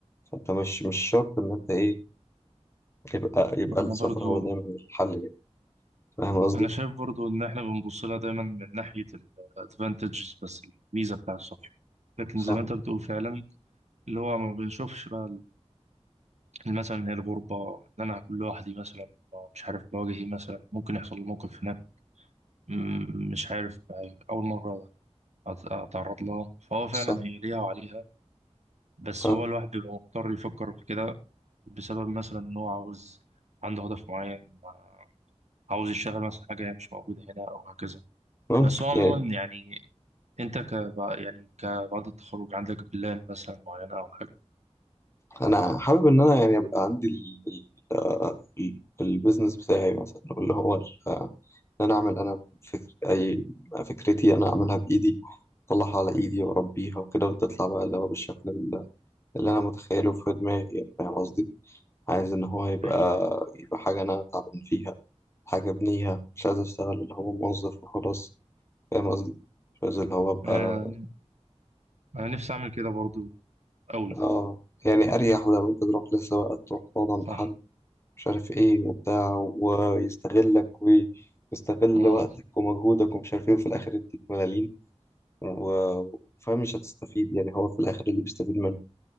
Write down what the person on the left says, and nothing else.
فأنت مش مش شرط إن أنت إيه يبقى يبقى
السفر
هو دايما الحل يعني فاهم قصدي؟
صح
صح
آه.
ممكن
يعني
أنا حابب إن أنا يعني يبقى عندي ال ال آه، ال- البيزنس بتاعي مثلا اللي هو ال- آه، إن أنا أعمل أنا فكر أي فكرتي أنا أعملها بإيدي أطلعها على إيدي وأربيها وكده وتطلع بقى اللي هو بالشكل ال- اللي أنا متخيله في دماغي يعني فاهم قصدي؟ عايز إن هو يبقى
يبقى حاجة أنا تعبان فيها حاجة أبنيها مش عايز أشتغل اللي هو موظف وخلاص فاهم قصدي مش عايز اللي هو ابقى
اه يعني اريح بدل ما انت تروح لسه بقى تروح تقعد عند
حد مش عارف ايه وبتاع ويستغلك ويستغل
وقتك ومجهودك ومش عارف ايه وفي الاخر يديك ملاليم و- وفاهم مش هتستفيد يعني هو في الاخر اللي بيستفيد منه